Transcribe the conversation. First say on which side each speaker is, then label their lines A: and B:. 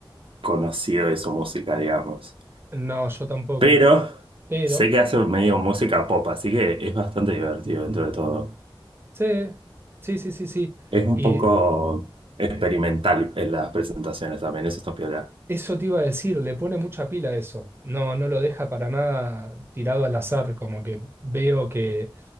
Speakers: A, on the right; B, on the right.
A: conocido de su música, digamos.
B: No, yo tampoco.
A: Pero
B: Pero,
A: sé que hace medio música pop, así que es bastante divertido dentro de todo.
B: sí, sí, sí, sí, sí.
A: Es un
B: Y
A: poco experimental en las presentaciones también. Eso está peor.
B: eso te iba a decir, le pone mucha pila a eso. No, no lo deja para nada tirado al azar, como que veo que